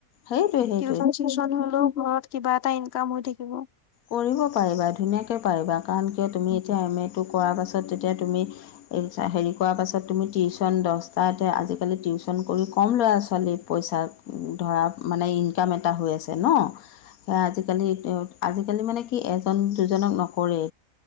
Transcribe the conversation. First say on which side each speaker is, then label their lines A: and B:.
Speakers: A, on the left; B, on the left.
A: সেইটোৱে, সেইটো
B: টিউচন ন হলেও ঘৰত কিবা এটা ইনকাম হৈ থাকিব।
A: কৰিব পাৰিবা ধুনীয়াকৈ পাৰিবা কাৰণ কিয় তুমি এতিয়া এম এটো কৰাৰ পাছত তেতিয়া তুমি এই হেৰি কৰাৰ পাছত তুমি টিউশচন দছটাতে আজিকালি টিউচন কৰি ক'ম ল'ৰা ছোৱালী। পইচা ধৰা মানে ইনকাম এটা হৈ আছে ন সেয়া আজিকালি। আজিকালি মানে কি এজন দুজনক নকৰে